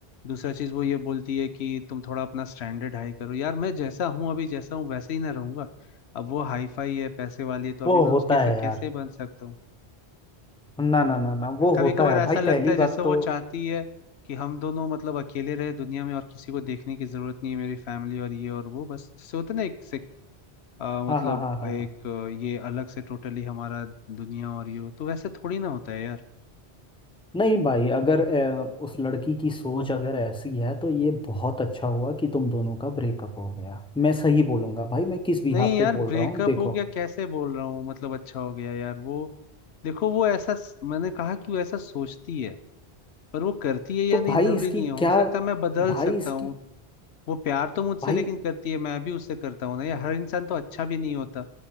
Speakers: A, on the left (about 80°); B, in the centre.
A: दूसरा चीज़ वो ये बोलती है कि तुम थोड़ा अपना स्टैंडर्ड हाई करो यार मैं जैसा हूँ अभी जैसा हूँ वैसे ही ना रहूंगा अब वो हाई फाई है पैसे वाली है तो अभी
B: वो
A: मैं उसके
B: होता
A: साथ
B: है यार
A: कैसे बन सकता हूँ
B: ना ना ना ना वो
A: कभी
B: होता
A: कभार
B: है
A: ऐसा
B: भाई
A: लगता
B: पहली
A: है जैसे
B: बात
A: वो
B: तो
A: चाहती है कि हम दोनों मतलब अकेले रहे दुनिया में और किसी को देखने की जरूरत नहीं है मेरी फैमिली और ये और वो बस जैसे होता है ना एक से अ, मतलब
B: हाँ हाँ हाँ हाँ
A: एक
B: हाँ
A: अ, ये अलग से टोटली हमारा दुनिया और ये हो, तो वैसे थोड़ी ना होता है यार
B: नहीं भाई अगर अ, उस लड़की की सोच अगर ऐसी है तो ये बहुत अच्छा हुआ कि तुम दोनों का ब्रेकअप हो गया मैं सही बोलूंगा भाई मैं किस बिहाफ
A: नहीं यार
B: पे
A: ब्रेकअप
B: बोल रहा हूँ देखो
A: हो गया कैसे बोल रहा हूँ मतलब अच्छा हो गया यार वो देखो वो ऐसा स- मैंने कहा कि वो ऐसा सोचती है पर वो करती है या
B: तो
A: नहीं
B: भाई
A: जरूरी
B: इसकी
A: नहीं है हो
B: क्या
A: सकता है मैं बदल
B: भाई
A: सकता
B: इसकी
A: हूँ वो प्यार तो मुझसे
B: भाई
A: लेकिन करती है मैं भी उससे करता हूँ ना यार हर इंसान तो अच्छा भी नहीं होता